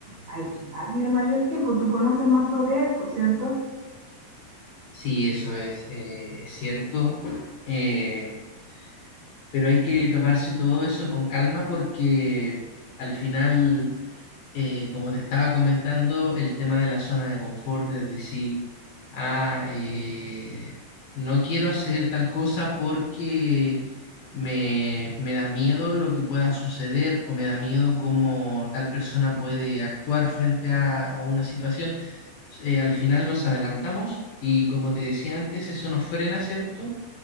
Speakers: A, on the right (about 45°); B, on the left (about 60°).
A: hay que darle mayor tiempo. Tú conoces más sobre eso, ¿cierto?
B: Sí, eso es, eh, es cierto, eh, pero hay que tomarse todo eso con calma porque al final eh, como te estaba comentando, el tema de la zona de confort, es decir, ah, eh, no quiero hacer tal cosa porque me, me da miedo lo que pueda suceder o me da miedo cómo tal persona puede actuar frente a, a una situación. Eh, al final nos adelantamos y como te decía antes, eso nos frena, ¿cierto?